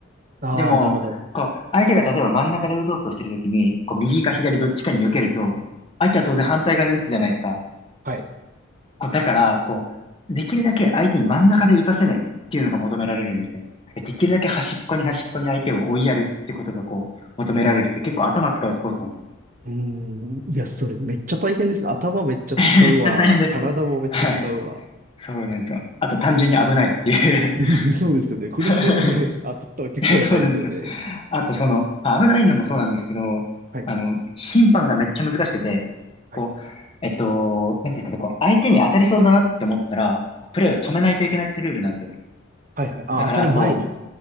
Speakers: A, on the right (about 45°); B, on the left (about 30°).
A: ああ、
B: でも、
A: なるほど。
B: こう、相手が例えば真ん中で打とうとしてるときに、こう、右か左どっちかに避けると、相手は当然反対側に打つじゃないですか。
A: はい。
B: こう、だから、こう、できるだけ相手に真ん中で打たせないっていうのが求められるんですね。できるだけ端っこに端っこに相手を追いやるってことがこう、求められるって結構頭使うスポーツなんですよ。
A: うーん。いや、それめっちゃ大変ですね。頭めっちゃ使うわ。
B: <laughs> めっちゃ大変です。
A: 体もめっちゃ使うわ。
B: はい。そうなんですよ。あと単純に危ないっていう
A: <laughs> そうですよね。フルスイングで当たったら結構やばいですよね。
B: <laughs> そうなんですよ。あとその、あ危ないのもそうなんですけど、
A: はい、
B: あの、審判がめっちゃ難しくて、
A: はい、
B: こう、えっと、なんていうんですかね、こう、相手に当たりそうだなって思ったら、プレーを止めないといけないってルールなんですよ。
A: はい、はい。あ、
B: だから、
A: 当たる前に。
B: こ